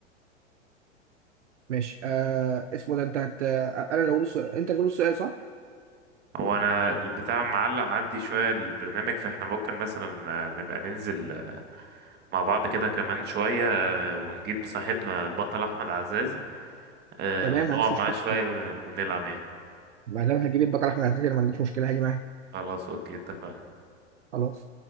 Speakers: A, on the right (about 65°); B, on the right (about 25°).
A: ماشي أه... اسمه ده أنت هت... أنا اللي هقول السؤال أنت اللي هتقول السؤال صح؟
B: هو انا البتاع معلق عندي شوية البرنامج فاحنا ممكن مثلا آه، نبقى ننزل آه، مع بعض كده كمان شوية آه، ونجيب صاحبنا البطل احمد عزازي آه،
A: تمام ما
B: نقعد
A: عنديش مشكلة
B: معاه شوية ون- ونلعب يعني
A: ما دام هجيب البقرة أحمد عزيز أنا ما عنديش مشكلة هاجي معاك
B: خلاص اوكي اتفقنا
A: خلاص